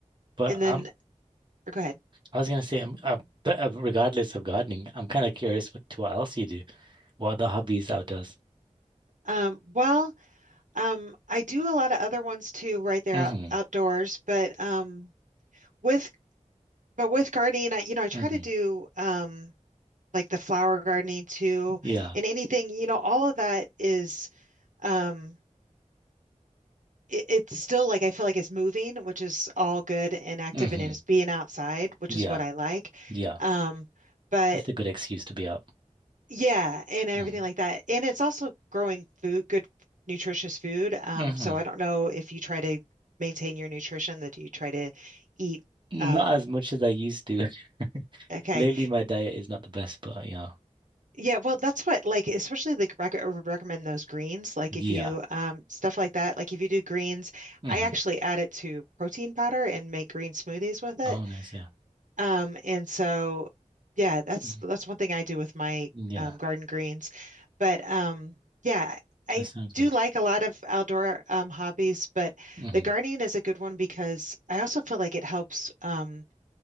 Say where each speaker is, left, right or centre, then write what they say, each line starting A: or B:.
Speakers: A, on the right; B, on the right.
A: But
B: And then
A: i
B: or go ahead.
A: I was gonna say, I'm, uh, but uh, regardless of gardening, I'm kind of curious what to what else you do, what other hobbies outdoors.
B: Um, well, um, I do a lot of other ones too, right there
A: hmm
B: out, outdoors, but um with but with gardening, I you know, I try
A: hmm
B: to do um like the flower gardening too
A: Yeah.
B: and anything, you know, all of that is um it, it's still like I feel like it's moving, which is all good and active
A: hmm
B: and it's being outside, which
A: Yeah.
B: is what I like.
A: Yeah.
B: Um, but
A: It's a good excuse to be out.
B: yeah, and everything
A: hmm
B: like that. And it's also growing food, good nutritious food. Um,
A: hmm
B: so I don't know if you try to maintain your nutrition that you try to eat
A: Not
B: um
A: as much as I used to. <laughs>
B: Okay.
A: Lately, my diet is not the best, but yeah.
B: Yeah, well, that's what like especially like rec I would recommend those greens. Like
A: Yeah.
B: if you um stuff like that, like if you do greens,
A: hmm
B: I actually add it to protein powder and make green smoothies with it.
A: Oh, nice. Yeah.
B: Um, and so, yeah, that's
A: Mhm.
B: that's one thing I do with my
A: Yeah.
B: um, garden greens. But um, yeah, I
A: That sounds
B: do
A: good.
B: like a lot of outdoor um, hobbies, but
A: hmm
B: the gardening is a good one because I also feel like it helps um,